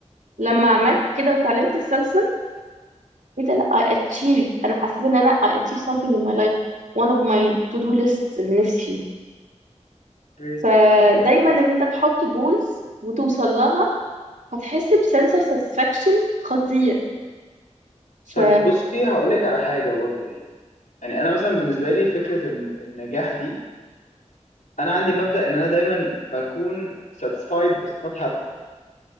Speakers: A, on the right; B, on the left.
A: لما عملت كده وتعلمت السلسله ايه ده لا I achieved انا حسيت ان انا I achieved something in my life one of my to do lists اللي نفسي فيها
B: جريت
A: فدايما
B: والله صح
A: ان انت تحط جولز وتوصل لها هتحس بسنس اوف ساتسفاكشن خطير ف
B: طيب بصي هقول لك على حاجه برضو يعني يعني انا مثلا بالنسبه لي فكره ان النجاح دي انا عندي مبدا ان انا دايما بكون satisfied بس not happy